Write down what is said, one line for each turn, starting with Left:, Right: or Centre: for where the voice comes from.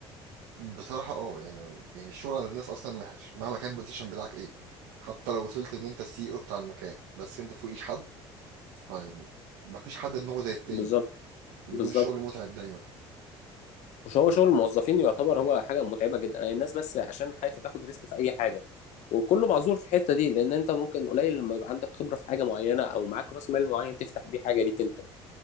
Right: بصراحه اه يعني يعني الشغل عند الناس اصلا وحش مهما كان البوزيشن بتاعك ايه حتى لو وصلت ان انت السي او بتاع المكان بس انت فوقيش حد فمفيش حد دماغه زي التاني
Left: بالظبط
Right: بيكون
Left: بالظبط
Right: الشغل متعب دايما
Left: مش هو شغل الموظفين يعتبر هو حاجه متعبه جدا الناس بس عشان خايفه تاخد ريسك في اي حاجه وكله معذور في الحته دي لان انت ممكن قليل لما يبقى عندك خبره في حاجه معينه او معاك راس مال معين تفتح بيه حاجه ليك انت